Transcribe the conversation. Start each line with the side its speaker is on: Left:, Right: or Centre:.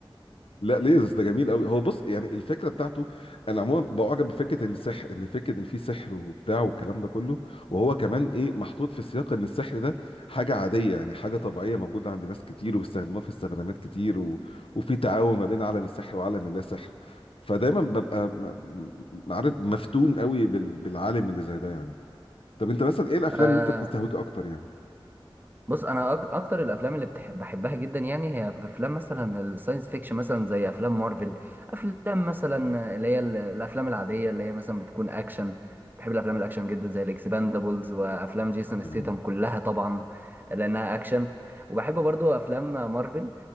Left: لا ليزرز ده جميل قوي هو بص يعني الفكره بتاعته انا عموما بعجب بفكره السحر ان فكره ان في سحر وبتاع والكلام ده كله وهو كمان ايه محطوط في سياق ان السحر ده حاجه عاديه يعني حاجه طبيعيه موجوده عند ناس كتير وبيستخدموها في استخدامات كتير و... وفي تعاون ما بين عالم السحر وعالم اللا سحر فدايما ببقى م- م- عارف مفتون قوي بال... بالعالم اللي زي ده يعني طب انت مثلا ايه الافلام
Right: <laughs>
Left: اللي انت بتستهويك اكتر يعني
Right: بص انا أك- اكتر الافلام اللي بتح- بحبها جدا يعني هي افلام مثلا الساينس فيكشن مثلا زي افلام مارفل افلام مثلا اللي هي ال- الافلام العاديه اللي هي مثلا بتكون اكشن بحب الافلام الاكشن جدا زي الاكسباندابلز وافلام جيسون
Left: يعني
Right: ستيتم كلها طبعا لانها اكشن وبحب برضو افلام مارفل